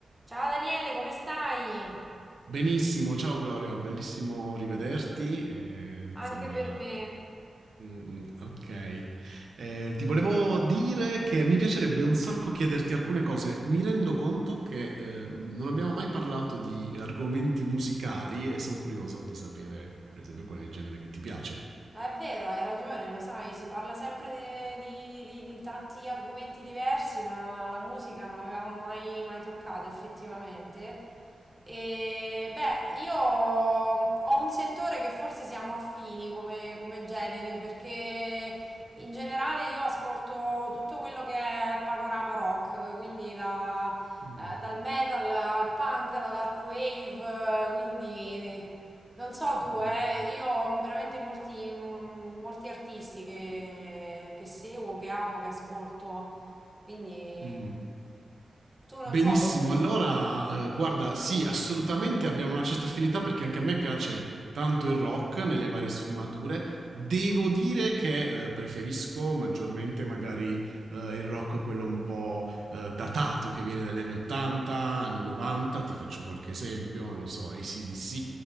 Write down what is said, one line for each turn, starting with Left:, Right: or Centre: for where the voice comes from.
Centre: Ciao Daniele, come stai?
Right: Benissimo, ciao Gloria, bellissimo rivederti. eh, insomma,
Centre: Anche per me.
Right: mm, mm, ok. Eh, ti volevo dire che mi piacerebbe un sacco chiederti alcune cose. Mi rendo conto che eh, non abbiamo mai parlato di argomenti musicali e sono curioso di sapere, per esempio, qual è il genere che ti piace.
Centre: Ah, È vero, hai ragione, lo sai, si parla sempre di, di- di- di tanti argomenti diversi, ma la musica non l'avevamo mai, mai toccata effettivamente. E beh, io ho un sentore che forse siamo affini come, come generi, perché in generale io ascolto tutto quello che è panorama rock, quindi da-
Right: Mm.
Centre: eh, dal metal al punk, alla dark wave, quindi... Non so tu,
Right: Mm.
Centre: eh, io ho veramente molti, mm, molti artisti che, che seguo, che amo, che ascolto, quindi
Right: Mm.
Centre: tu non
Right: Benissimo,
Centre: so.
Right: allora, eh, guarda, sì, assolutamente abbiamo una certa affinità perché anche a me piace tanto il rock nelle varie sfumature. Devo dire che eh, preferisco maggiormente magari eh, il rock quello un po' eh, datato che viene dagli anni 80, anni 90, ti faccio qualche esempio, non so, AC/DC,